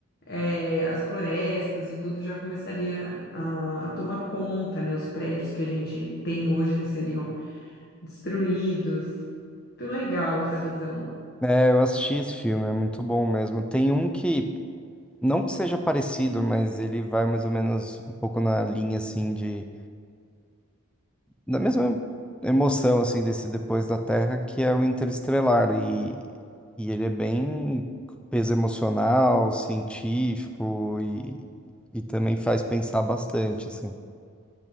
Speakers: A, on the left; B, in the centre.
A: eh, as florestas e tudo já começaria a, a tomar conta, né? Os prédios que a gente tem hoje já seriam destruídos. Muito legal essa visão.
B: É, eu assisti esse filme, é muito bom mesmo. Tem um que, não que seja parecido, mas ele vai mais ou menos um pouco na linha, assim, de... Da mesma emoção, assim, desse Depois da Terra, que é o Interestelar. E, e ele é bem peso emocional, científico e, e também faz pensar bastante, assim.